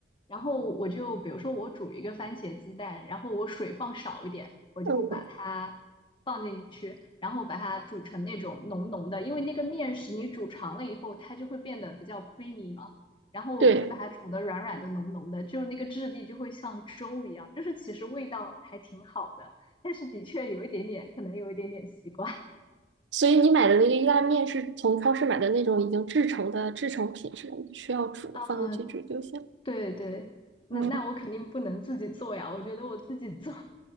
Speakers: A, on the left; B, on the right.
A: 然后我就比如说我煮一个番茄鸡蛋，然后我水放少一点，我就把它放进去，
B: 嗯，
A: 然后把它煮成那种浓浓的，因为那个面食你煮长了以后，它就会变得比较 creamy 嘛。然后我就把它煮的软软的、
B: 对。
A: 浓浓的，就那个质地就会像粥一样，就是其实味道还挺好的。但是的确有一点点，可能有一点点奇怪
B: 所以你买的那个意大利面是从超市买的那种已经制成的制成品是吧？你需要煮，
A: 啊。
B: 放进去煮就行。
A: 对对，那那我肯定不能自己做呀，
B: 嗯，
A: 我觉得我自己做，